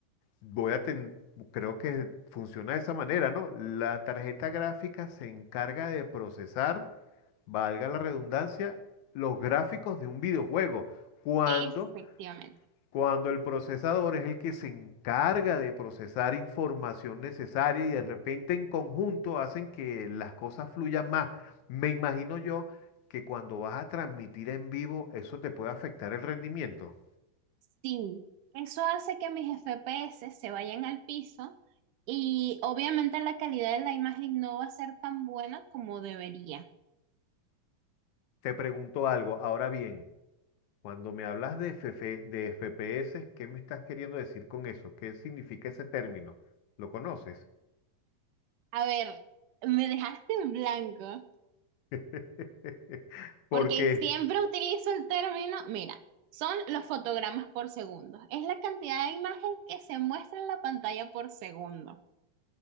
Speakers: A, on the left; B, on the right.
A: voy a ten- creo que funciona de esa manera, ¿no? La tarjeta gráfica se encarga de procesar, valga la redundancia, los gráficos de un videojuego. cuando
B: Efectivamente.
A: cuando el procesador es el que se encarga de procesar información necesaria y de repente en conjunto hacen que las cosas fluyan más. Me imagino yo que cuando vas a transmitir en vivo eso te puede afectar el rendimiento.
B: Sí, eso hace que mis FPS se vayan al piso y obviamente la calidad de la imagen no va a ser tan buena como debería.
A: Te pregunto algo, ahora bien, cuando me hablas de FF de FPS, ¿qué me estás queriendo decir con eso? ¿Qué significa ese término? ¿Lo conoces?
B: A ver, me dejaste en blanco
A: <laughs>
B: porque
A: Porque
B: siempre utilizo el término, mira, son los fotogramas por segundo. Es la cantidad de imagen que se muestra en la pantalla por segundo.